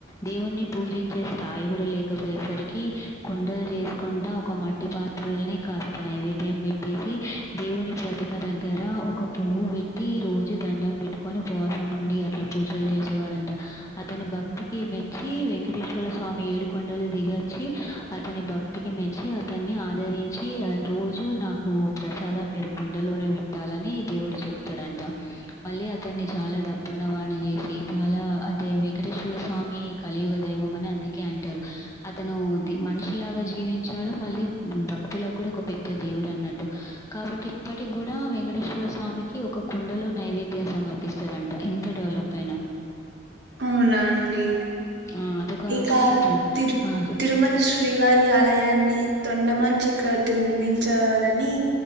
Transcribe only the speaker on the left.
దేవుణ్ణి పూజించే స్థాయి కూడా లేకపోయేస రికి కుండలు చేసుకుంట ఒక మట్టి పాత్రల్నే కాస్త నైవేద్యం పెట్టేసి దేవుని ప్రతిమ దగ్గర ఒక పువ్వు పెట్టి రోజు దండం పెట్టుకొని ఉవాసం ఉండి అట్లా పూజలు చేసేవాడంట అతని భక్తికి మెచ్చి వెంకటేశ్వర స్వామి ఏడు కొొండలు దిగో చ్చి అతని భక్తికి మెచ్చి అతన్ని ఆదరించి రోజు నాకు ప్రసాదం మీరు కుండలోనే పెట్టాలని దేవుడు చెప్తాడంట మళ్ళీ అతన్ని చాలా డబ్బున్న వా చేసి చాలా అంటే వెంకటేశ్వర స్వామి కలియుగ దైవం అని అందుకే అంటారు అత ను ద్ మనిషిలాగా జీవించాడు మళ్ళీ భక్తులకు కూడా ఒక పెద్ద దేవుడన్నట్టు కాబ బట్ ఇప్పటికి కూడా వెంకటేశ్వర స్వామికి ఒక కుండలో నైవేద్యం సమర్పిస్తారంట ఇంత డెవలప్ పైనా
ఆ! అదొక
చరిత్ర.
ఆ!